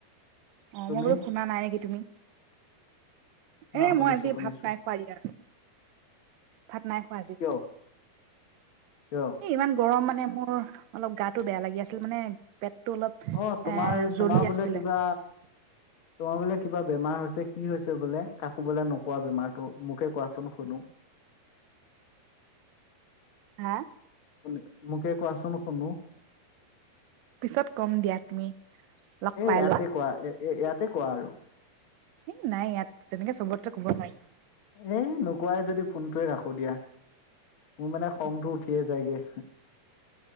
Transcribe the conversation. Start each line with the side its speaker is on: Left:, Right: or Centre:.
Right: অ
Left: তুমি?
Right: মই বোলো শুনা নাই নেকি তুমি।
Left: ন
Right: এ মই
Left: শুনিছো
Right: আজি
Left: শুনিছো।
Right: ভাত নাই খোৱা দিয়া, ভাত নাই খোৱা আজি।
Left: কিয়? কিয়?
Right: এ ইমান গৰম মানে মোৰ অলপ গাটো বেয়া লাগি আছিল মানে। পেটো অলপ এ
Left: অ তোমাৰ তোমাৰ
Right: জলি
Left: বোলে
Right: আছিলে।
Left: কিবা তোমাৰ বোলে কিবা বেমাৰ হৈছে কি হৈছে বোলে, কাকো বোলে নোকোৱা বেমাৰটো মোকে কোৱাচোন শুনো।
Right: হা
Left: শু মোকে কোৱাচোন শুনো?
Right: পিছত কম দিয়া তুমি লগ
Left: এ
Right: পাই
Left: ইয়াতে
Right: লোৱা
Left: কোৱা এ ইয়াতে কোৱা আৰু
Right: এই নাই ইয়াত, তেনেকে চবতকে ক'ব নোৱাৰি। নহয়।
Left: এ নোকোৱাই যদি ফোনটোৱে ৰাখো দিয়া, মোৰ মানে খংটো
Right: উম,
Left: উঠিয়ে যায়গে।